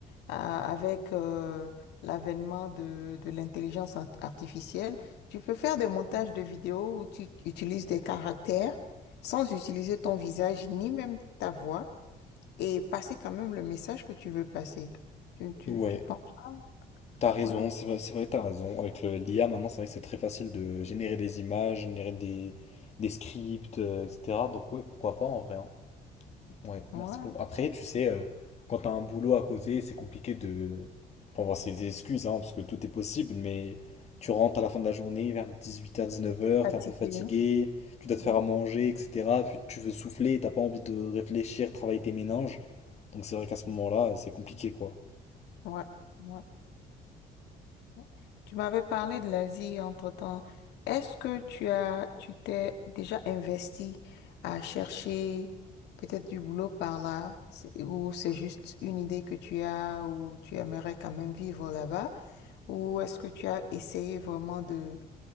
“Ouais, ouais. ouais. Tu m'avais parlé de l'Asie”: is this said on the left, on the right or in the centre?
Left